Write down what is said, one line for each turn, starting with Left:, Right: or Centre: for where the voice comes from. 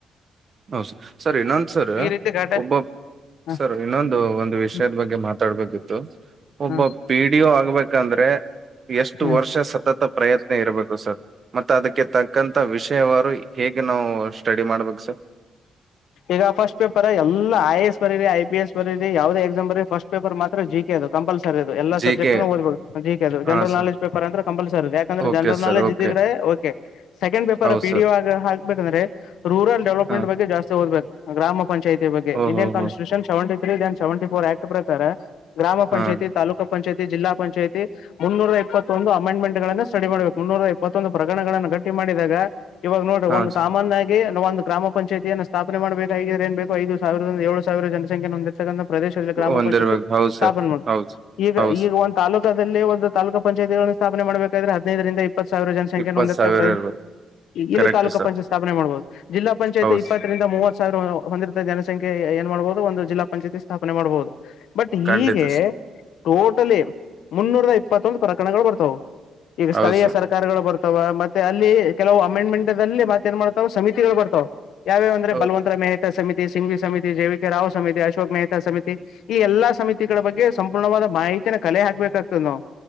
Right: ಹೌ ಸ ಸರ್ ಇನ್ನೊಂದಸರ್
Left: ಈ ರೀತಿ ಘಟ
Right: ಒಬ್ಬ
Left: ಹ,
Right: ಸರ್ ಇನ್ನೊಂದು ಒಂದು ವಿಷಯದ
Left: ಹ,
Right: ಬಗ್ಗೆ ಮಾತಾಡ್ಬೇಕಿತ್ತು ಒಬ್ಬ
Left: ಹ,
Right: ಪಿಡಿಯೋ ಆಗ್ಬೇಕಂದ್ರೆ ಎಷ್ಟು
Left: ಹ.
Right: ವರ್ಷ ಸತತ ಪ್ರಯತ್ನ ಇರಬೇಕು ಸರ್ ಮತ್ತೆ ಅದಕ್ಕೆ ತಕ್ಕಂತ ವಿಷಯವಾರು ಹೇಗೆ ನಾವು ಸ್ಟೆಡಿ ಮಾಡ್ಬೇಕು ಸರ್
Left: ಈಗ ಫಸ್ಟ್ ಪೇಪರ್ ಎಲ್ಲ ಐ ಎಸ್ ಬರರಿ ಐ ಪಿ ಎಸ್ ಬರರಿ ಯಾವದೇ ಎಕ್ಸಾಮ್ ಬರರಿ ಫಸ್ಟ್ ಪೇಪರ್ ಮಾತ್ರ ಜಿ ಟಿ ಅದು ಕಂಪಲ್ಸ ಸರಿ ಅದು ಎಲ್ಲ
Right: ಜಿ
Left: ಸಬ್ಜೆಕ್ಟ್
Right: ಕೆ
Left: ದ್ಬೋದು ಜಿ ಕೆದು
Right: ಹಾ
Left: ಜನಲ್
Right: ಸರ್
Left: ನೆಜ್ ಪೇಪರ್ ಅಂತ ಕಂಪಲ್ಸರಿ ಇ ಯಾಕಂದ್ರೆ
Right: okay
Left: general
Right: sir
Left: knowledge
Right: okay
Left: ಇದ್ರೆ ಓಕೆ ಸೆಕೆಂಡ್ ಪೇಪರ್
Right: ಹೌದು
Left: ಪಿ
Right: ಸರ್
Left: ಡಿ ಆಗ ಹಾಕ್ಬೇಕಂದ್ರೆ ರೂರಲ್ ಡೆವಲಪ್ಮೆಂಟ್
Right: ಹಾ
Left: ಬಗ್ಗೆ ಜಾಸ್ತಿ ಓದ್ಬೇಕು ಗ್ರಾಮ ಪಂಚಾಯತಿ ಬಗ್ಗೆ
Right: ಓಹೋ
Left: ಇಂಡಿಯನ್ constitution
Right: ಹೋ
Left: seventy three Dhan seventy four act ಪ್ರಕಾರ ಗ್ರಾಮ ಪಂಚಾಯಿತಿ
Right: ಹಾ
Left: ತಾಕ ಪಂಾಯತಿ ಜಿಲ್ಲಾ ಪಂಚಾಯತಿ ಮುನ್ನೂರ ಇಪ್ಪತ್ತೊಂದು ಅಮೆಂಡ್ಮೆಂಟ್ ಗಳನ್ನು ಸ್ಟಡಿ ಮಾಡಬೇಕು ಮುನ್ನೂರ ಇಪ್ಪತ್ತೊಂದು ಪ್ರಕರಣಗಳನ್ನು ಗಟ್ಟಿ ಮಾಡಿದಾಗ ಇವಾಗ ನೋಡ್ರಿ
Right: ಹಾ
Left: ಒಂದು ಕಾಮನ್ ಆಗಿ ಒಂದು ಗ್ರಾಮ ಪಂಾಯಿಯನ್ನು ಸ್ಥಾಪನೆ ಮಾಡಬೇಕಾಗಿದ್ರೇನ್ ಬೇಕು ಐದು ಸಾವಿರದಿಂದ ಏಳು ಸಾವಿರ ಜನಸಂಖ್ಯೆಯನ್ನು ಹೊಂದಿ ರ್ತಕ್ಕಂತ ಪ್ರದೇಶದಲ್ಲಿ ಗ್ರಾಮ
Right: ಒಂದಿರ್ಬೇಕು
Left: ಪಂಚಾಯತಿ
Right: ಹೌದು
Left: ಸ್ಥಾಪನೆ
Right: ಸರ್
Left: ಮಾಡುದು
Right: ಹೌದು
Left: ಈಗ
Right: ಹೌದು ಸರ್
Left: ಈಗ ಒಂದು ತಾಲೂಕ ದಲ್ಲಿ ಒಂದು ತಾಲೂಕು ಪಂಚಾಯತಿಗಳನ್ನು ಸ್ಥಾಪನೆ ಮಾಡಬೇಕಾದ್ರೆ ಹದಿನೈರಿಂದ ಇ ಪ್ಪತ್ ಸಾವಿರ ಜನಸಂಖ್ಯೆ
Right: ಇಪ್ಪತ್
Left: ಹೊಂದಿ
Right: ಸಾವಿರ
Left: ಪ್ರ
Right: ಇರ್ಬೇಕು
Left: ಇಲ್ಲಿ
Right: ಕರೆಕ್ಟ್
Left: ತಾಲೂಕ
Right: ಸರ್
Left: ಪಂಚಾಯತ್ ಸ್ಥಾಪನೆ ಮಾಡಬಹುದು ಜಿಲ್ಲಾ ಪಂಾಯತಿ
Right: ಹೌದು
Left: ಇಪ್ಪತ್ತರಿಂದ
Right: ಸರ್,
Left: ಮೂವತ್ ಸಾವಿರ ಹೊಂದಿತ ಜನಸಖ್ಯೆ ಏ ಮಾಡಬಹುದು ಒಂದು ಜಿಲ್ಲಾಂಚಾಯತಿ ಸ್ಥಾಪನೆ ಮಾಡಬಹುದು ಬಟ್ ಹೀಗೆ
Right: ಖಂಡಿತ ಸರ್
Left: ಟೋಟಲಿ ಮುನ್ನೂರ ಇಪ್ಪತ್ತೊಂದು ಪ್ರಕರಣಗಳು ಬರ್ತಾವು ಈಗ
Right: ಹೌದು
Left: ಸ್ಥಳೀಯ
Right: ಸರ್
Left: ಸರ್ಕಾರಗಳು ಬರ್ ತವ ಮತ್ತೆ ಅಲ್ಲಿ ಕೆಲವು ಅಮೆಂಡ್ಮೆಂಟ್ ಅಲ್ಲಿ ಮತ್ತತ್ ಏನ್ ಮಾಡ್ತಾವ ಸಮಿತಿಗಳು ಬರ್ತಾವು ಯಾವ್ಯಾವ ಅಂದ್ರ
Right: ಹೌದು
Left: ಬಲವಂತರ ಮೆಹ್ತಾ ಸಮತಿ ಸಿಂ್ವಿ ಸಮಿತಿ ಜೆ ವಿ ಕೆ ರಾವ್ ಸಮಿತಿ ಅಶೋಕ್ ಮೆಹ್ತಾ ಸಮಿತಿ ಈ ಎಲ್ಲಾ ಸಮಿತಿಗಳ ಬಗ್ಗೆ ಸಂಪೂರ್ಣವಾದ ಮಾಹಿತಿ ಈತನ ಕಲೆ ಹಾಕ್ಬೇಕಾಗ್ತದೆ ನಾವು